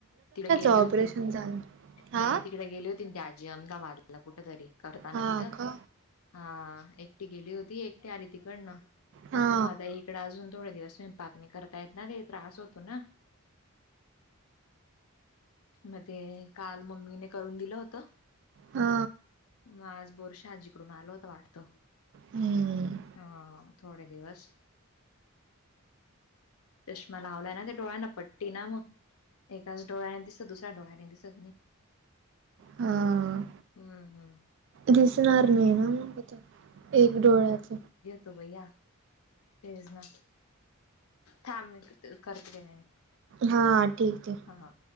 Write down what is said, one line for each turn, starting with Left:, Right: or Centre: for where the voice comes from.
Left: तिकडे गेली
Right: ऑपरेशन
Left: होती
Right: झालं हा
Left: नाही तिकडे गेली होती ते आ जे अहमदाबादला कुठ तरी करताना
Right: हा
Left: तिथं
Right: का
Left: हा एकटी गेली होती एकटी आली तिकडनं
Right: हा
Left: मग आता इकडे अजून थोडे दिवस मी पाकणी करतायेत ना ते त्रास होतो ना. मग ते काल मम्मीने करून दिलं होत.
Right: हा
Left: मग आज बोरशा आजीकडून आलो होता वाटत
Right: हम्म
Left: हा तो थोडे दिवस - चष्मा लावलाय ना ते डोळ्यांना पट ती ना मग एकाच डोळ्याने दिसत दुसऱ्या डोळ्याने दिसत नाही
Right: हा
Left: हुम्म हुम्
Right: दिसणार नाही ना मगथ एक डोळ्याच
Left: तो भैया तेज ना थांब मीट अ करते न
Right: हा ठीक आहे.
Left: हां हां